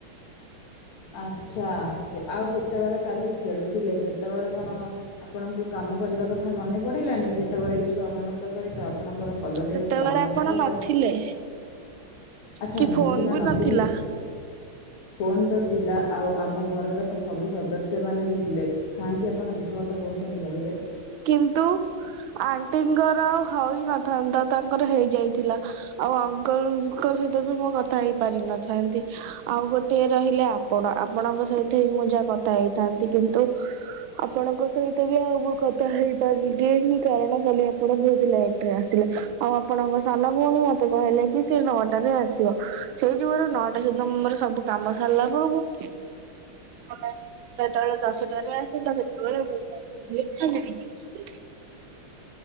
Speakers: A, on the left (about 80°); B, on the right (about 75°).
A: ଆଚ୍ଛା ଆଉ ଯେତେବେଳେ କାଲି ଖେଳୁଥିଲେ ସେତେବେଳେ କଣ ଆପଣଙ୍କୁ କାମ କରିବା କଥା ମନେ ପଡିଲାନି ଯେତେବେଳେ ଏଇ ଛୁଆମାନଙ୍କ ସହିତ ଆପଣଙ୍କର କଲୋନୀର
B: ସେତେବେଳେ
A: ଛୁଆମାନଙ୍କ
B: ଆପଣ
A: ସହିତ
B: ନଥିଲେ
A: ଆଚ୍ଛା
B: କି
A: ମୁଁ
B: ଫୋନ
A: ସିନା
B: ବି
A: ନଥିଲି
B: ନଥିଲା
A: ଫୋନ ତ ଥିଲା ଆଉ ଆମ ଘରର ସବୁ ସଦସ୍ୟମାନେ ବି ଥିଲେ। କାହିଁକି ଆପଣ ମିଛ କଥା କହୁଛନ୍ତି କହିଲେ?
B: କିନ୍ତୁ ଆଣ୍ଟିଙ୍କର ହଇ ନଥାନ୍ତା ତାଙ୍କର ହେଇଯାଇଥିଲା। ଆଉ ଅଙ୍କଲଙ୍କ ସହିତ ବି ମୁଁ କଥା ହେଇ ପାରିନଥାନ୍ତି ଆଉ ଗୋଟେ ରହିଲା ଆପଣ ଆପଣଙ୍କ ସହିତ ହିଁ ମୁଁ ଯାହା କଥା ହେଇଥାନ୍ତି କିନ୍ତୁ ଆପଣଙ୍କ ସହିତ ବି ଆଉ ତ ହେଇପାରିଲିନି ଏହିଁ କାରଣ କାଲି ଆପ ଆପଣ ଯେହେତୁ ଲେଟରେ ଆସିଲେ ଆଉ ଆପଣଙ୍କ ସାନ ଭଉଣୀ ମତେ କହିଲେ କି ସେ ନଅଟାରେ ଆସିବ। ସେଇ ଜୁଗରୁ ନଅଟା ସୁଦ୍ଧା ମୋର ସବୁ କାମ ସାରିଲା ବଳକୁ ତମେ ଯେତେବେଳେ ଦଶଟାରେ ଆସିଲ ସେତେବେଳେ ମୁଁ ସୁଁ